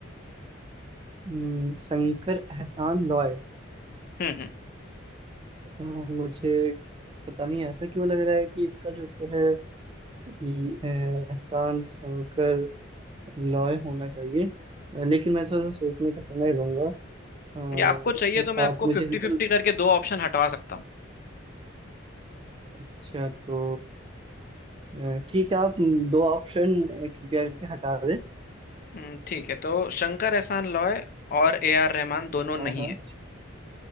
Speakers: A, on the right; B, on the left.
A: हम्म, शंकर एहसान लॉय
B: हम्म हम्म
A: अ, मुझे पता नहीं ऐसा क्यों लग रहा है कि इसका जो उत्तर है कि अ, एहसान शंकर लॉय होना चाहिए अ, लेकिन मैं थोड़ा सा सोचने का समय लूंगा अ,
B: ये आपको चाहिए तो मैं आपको
A: आप मुझे
B: फिफ्टी
A: विकल्प
B: फिफ्टी करके दो ऑप्शन हटवा सकता हूँ
A: अच्छा तो अ, ठीक है आप दो ऑप्शन कृपया करके हटा दें
B: हम्म, ठीक है तो शंकर एहसान लॉय और ए आर रहमान दोनों
A: हाँ
B: नहीं
A: हाँ
B: है